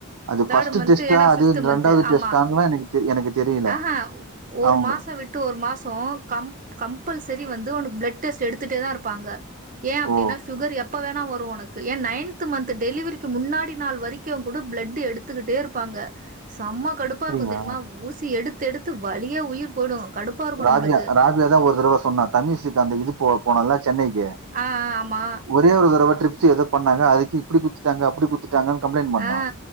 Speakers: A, on the right; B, on the right.
A: அது
B: தேர்டு மந்த்
A: டெஸ்ட்டா?
B: ஏனா ஃபிப்த்து
A: அது
B: மந்த் ஆமா
A: டெஸ்ட்டான்னுலாம் எனக்கு தெ எனக்கு தெரியல.
B: அஹா ஒரு
A: அவங்க
B: மாசோ வி ட்டு ஒரு மாசோ கம் கம்பல்செரி வந்து உனக்கு பிளட் டெஸ்ட் எடுத்துட்டேதா இருப்பாங்க ஏன் அப்டினா
A: ஓ!
B: சுகர் எப்ப வேணா வரு உனக்கு ஏனீ நைந்த் மந்த் டெலிவரிக்கு முன்னாடி நாள் வரைக்குங் கூட பிளட் எடுத்துகிட்டே இருப்பாங்க செம்ம கடுப்பா
A: அப்படியா?
B: இருக்குந் தெரிமா ஊசி எடு த்து எடுத்து வலியே உயிர் போயிடு கடுப்பா இருக்கு
A: ராதிகா
B: நம்மளுக்கு
A: ராதிகாதா ஒரு தரவ சொன்னா தண்ணிஷ்க்கு அந்த இது போ போனோல்ல சென்னைக்கு
B: ஆ அ ஆமா
A: ஒரே ஒரு தடவ ட்ரிப்ஸ் எத பண்ணாங்க அதுக்கு இப்டி குத்திட்டாங் அப்டி குத்துட்டா டாங்கனு கம்ப்ளைண்ட் பண்ணா
B: ஆ